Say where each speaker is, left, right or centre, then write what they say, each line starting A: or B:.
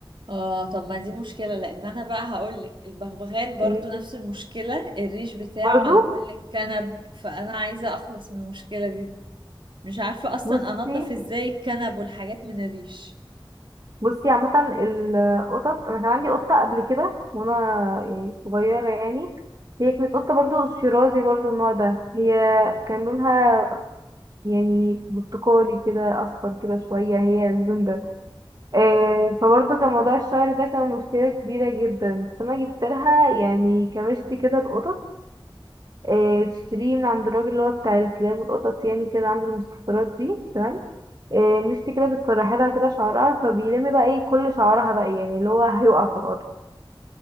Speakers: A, on the right (about 65°); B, on the right (about 45°).
A: اه طب ما دي مشكلة لان انا بقى هقولك البغبغان برضو
B: فاهمني؟
A: نفس المشكلة الريش بتاعه
B: برضو
A: على كل الكنب فانا عايزة اخلص من المشكلة دي مش عارفة اصلا
B: بصي
A: انضف ازاي الكنب والحاجات من الريش
B: بصي عامة القطط انا كان عندي قطة قبل كده وانا يعني صغيرة يعني هي كانت قطة برضو شيرازي برضو النوع ده هي كان لونها يعني برتقالي كده اصفر كده شويه هي البنبه آه فبرضه كان موضوع الشعر ده كان مشكله كبيره جدا فانا جبت لها يعني كمشتي كده القطط آه تشتريه من عند الراجل اللي هو بتاع الكلاب والقطط يعني كده عنده المستحضرات دي تمام آه المشتي كده بتسرحي لها كده شعرها فبيلم بقى ايه كل شعرها بقى يعني اللي هو هيقع في الارض